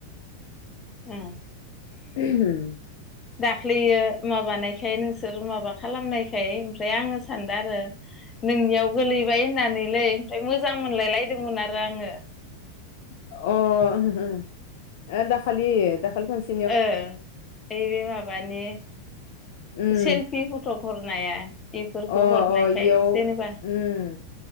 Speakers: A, on the left (about 20°); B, on the left (about 50°).
A: उम
B: उम
A: दाख्लियो माबानायखाय नोंसोर माबा खालामनायखाय ओमफ्राय आङो सानदो आरो नोंनियाव गोलैबाय होननानैलै ओमफ्राय मोजां मोनलायलायदोंमोन आरो आङो।
B: अ <unintelligible> ओम ओ दाखालि दाखालि खनसे
A: ओ ओइ बे माबानि
B: उम
A: सेलफि फ'थग हरनाया इफोरखौ
B: अ
A: हरनायखाय
B: अ इयाव
A: जेनेबा
B: उम